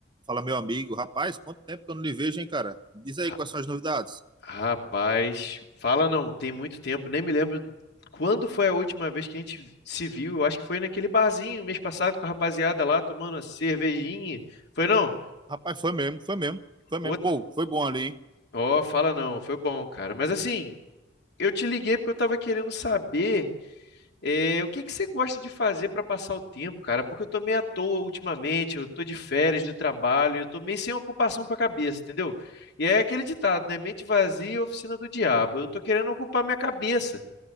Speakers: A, on the right; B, on the left.
A: Fala, meu amigo. Rapaz, quanto tempo que eu não lhe vejo, hein, cara? Diz aí
B: Ra-
A: quais são as novidades.
B: Rapaz, fala não, tem muito tempo, nem me lembro quando foi a última vez que a gente se viu. Eu acho que foi naquele barzinho mês passado com a rapaziada lá tomando a cervejinha. Foi não?
A: Rapaz, foi mesmo, foi mesmo, foi
B: Pô,
A: mesmo. Pô, foi bom ali, hein?
B: ó, fala não, foi bom, cara. Mas assim, eu te liguei porque eu tava querendo saber eh, o que que você gosta de fazer pra passar o tempo, cara? Porque eu tô meio à toa ultimamente, eu tô de férias do trabalho, eu tô meio sem ocupação pra cabeça, entendeu? E é aquele ditado, né? Mente vazia, é oficina do diabo. Eu tô querendo ocupar minha cabeça.